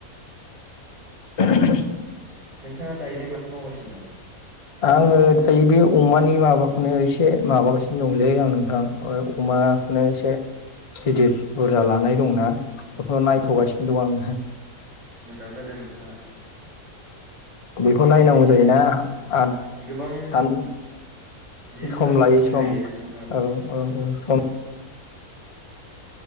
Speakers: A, on the left; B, on the right.
A: <inaudible>
B: नोंथाङा दायोलाय माथो मावगासिनो दं
A: आङो दायो बे अमानि माबाखौनो एसे माबागासिनो दंलै आं नोंथां अमाखौनो एसे गिदिर बुरजा लानाय दंना बेखौनो नायथ'गासिनो
B: औ नोंथां
A: दं आङो
B: मोजाङानो जादों नोंथाङा
A: बेखौ नायनांगौ
B: बिदिनो
A: जायोना आद
B: गोबां
A: सान
B: जिब जुनारफोर
A: सम लायो
B: फिसिनो
A: सम
B: हायो नोंथां
A: औ औ औ सम